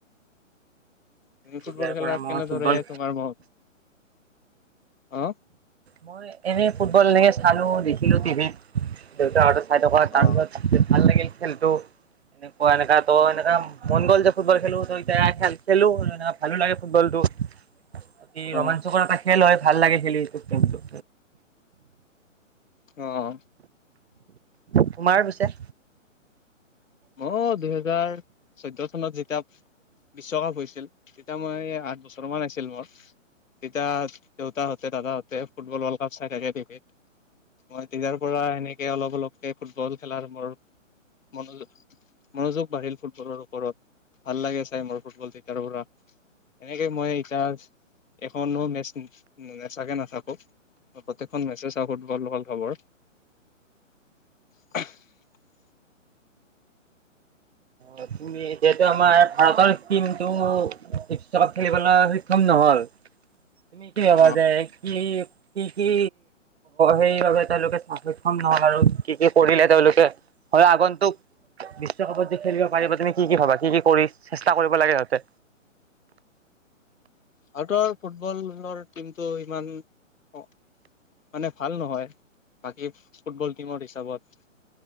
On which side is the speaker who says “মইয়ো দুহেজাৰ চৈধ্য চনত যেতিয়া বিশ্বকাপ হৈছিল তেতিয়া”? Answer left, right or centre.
Left